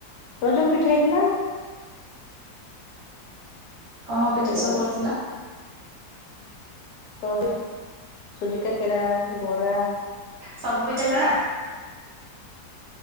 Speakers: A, on the left; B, on the right.
A: ରଜକୁ ପିଠା ହେଇଥିଲା।
B: କଣ
A: ହ୍ୟାଲୋ
B: ପିଠା ସବୁ କରିଥିଲା?
A: <inaudible> ତ ସୁଜି କାକେରା ବରା
B: ସବୁ ପିଠା ଜଣା?